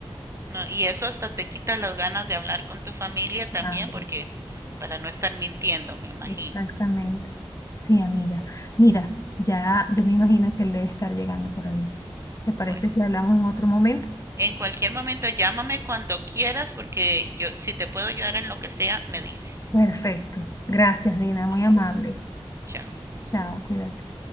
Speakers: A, on the right; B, on the left.
A: no. Y eso hasta te quita las ganas de hablar con tu familia también
B: Claro,
A: porque para no estar mintiendo, me imagino.
B: exactamente. Sí, amiga. Mira, ya yo me imagino que él debe estar llegando por ahí. ¿Te parece
A: Bueno.
B: si hablamos en otro momento?
A: En cualquier momento llámame cuando quieras porque yo si te puedo ayudar en lo que sea, me dices.
B: Perfecto. Gracias, Dina,
A: Ok,
B: muy amable.
A: chao.
B: Chao, cuídate.